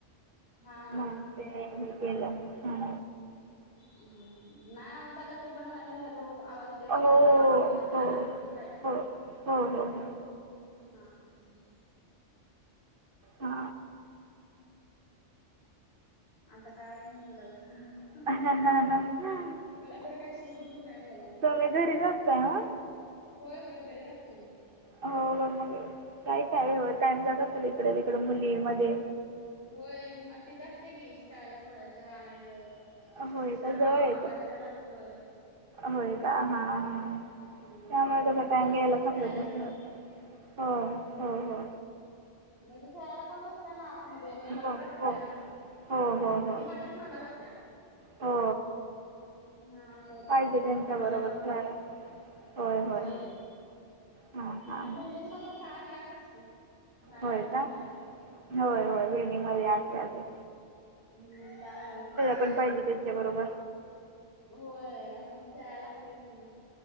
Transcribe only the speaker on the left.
हा हा
हा हा
हा
नाय आवाज आला तरी पण हॅलो हॅलो आवाज येत तोय का
माझा तुमचा येत
नाय असं बोलत राहायचं
हा हा हा हा
आता काय बोलायचं?
मला तर काय सुचत नाय बोलाय
होय होय घरीच असतोय मी
होय म तीचं असतय कि शाळेला सोडायचं आणायचं.
तिजा
हा
अभ्यास
घ्यायला लागतोय
हम्म
मग दिवसभर
तिच्यासोबत
खेळायचं
म्हणजे खेळायला कोण नसं तं ना आत मध्ये म एकटीच
असत्या
मग
ती माझ्याच माग लागत्या.
हा असं होतंय
माझ्या माग
लागतंय
व्हय.
आणि बिल्डिंग मध्ये कस आतल्या आतच की पायात
नाय
काय नाय.
अ
हं.
<unintelligible>
व्हय. आता मग खेळायला लागतयच की मग.